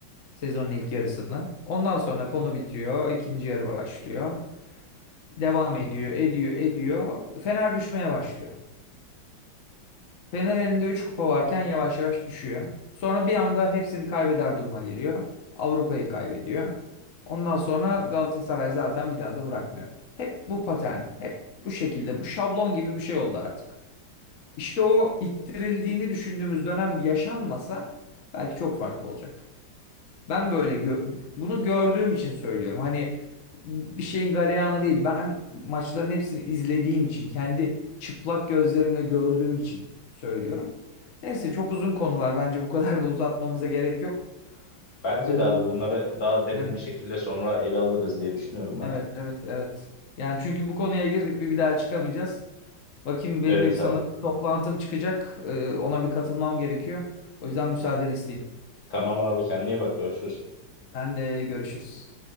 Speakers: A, on the left; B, on the left.
A: Sezonun ilk yarısını. Ondan sonra konu bitiyor. ikinci yarı başlıyor. Devam ediyor, ediyor, ediyor. Fener düşmeye başlıyor. Fener elinde 3 kupa varken yavaş yavaş düşüyor. Sonra bir anda hepsini kaybeder duruma geliyor. Avrupa'yı kaybediyor. Ondan sonra Galatasaray zaten bir daha da bırakmıyor. Hep bu patern, hep bu şekilde, bu şablon gibi bir şey oldu artık. İşte o ittirildiğini düşündüğümüz dönem yaşanmasa belki çok farklı olacak. Ben böyle gö- bunu gördüğüm için söylüyorum. Hani bir şeyin galeyanı değil. Ben maçların hepsini izlediğim için, kendi çıplak gözlerimle gördüğüm için söylüyorum. Neyse çok uzun konular. Bence bu kadar da uzatmamıza gerek yok.
B: Bence
A: Ee,
B: de abi bunları daha derin
A: yani
B: bir şekilde sonra ele alırız diye düşünüyorum ben.
A: evet evet evet. Yani çünkü bu konuya girdik bir bir daha çıkamayacağız. Bakayım
B: Evet
A: benim de sanırım
B: abi.
A: toplantım çıkacak. Ee, ona bir katılmam gerekiyor. O yüzden müsaadeni isteyeyim.
B: Tamam abi kendine iyi bak görüşürüz.
A: Sen de görüşürüz.